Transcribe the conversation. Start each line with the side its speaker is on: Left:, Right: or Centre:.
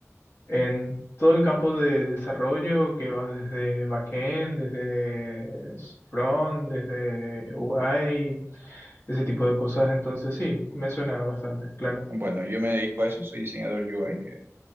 Left: en todo el campo de desarrollo que va desde backend, desde front, desde UI, ese tipo de cosas. Entonces sí, me suena bastante, claro.
Right: Bueno, yo me dedico a eso, soy diseñador UI, eh,